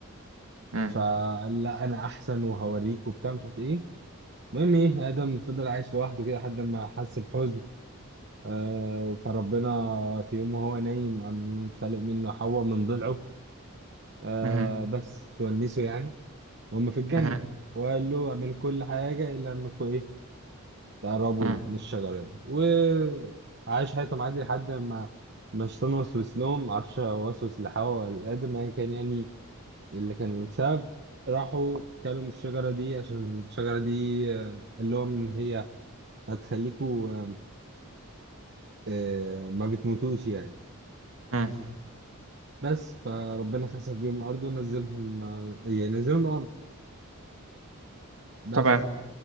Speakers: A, on the right (about 65°); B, on the right (about 50°).
A: مم.
B: فقال لا أنا أحسن وهوريك وبتاع مش عارف إيه المهم إيه آدم فضل عايش لوحده كده لحد ما حس بحزن آه، فربنا في يوم وهو نايم قام خالق منه حواء من ضلعه آه،
A: مهم.
B: بس تونسه يعني وهم في الجنة
A: مهم.
B: وقال له اعمل كل حاجة إلا إنكم إيه تقربوا
A: مهم.
B: من الشجرة دي وعاش حياتهم عادي لحد ما ما الشيطان وسوس لهم معرفش هو وسوس لحواء ولا لآدم أيا كان يعني اللي كان السبب راحوا كلوا من الشجرة دي عشان الشجرة دي آه، قال لهم إن هي هتخليكوا آه، آه، ما بتموتوش يعني
A: مهم.
B: بس فربنا خسف بيهم الارض ونزلهم آه، يعني نزلهم الارض بس
A: تمام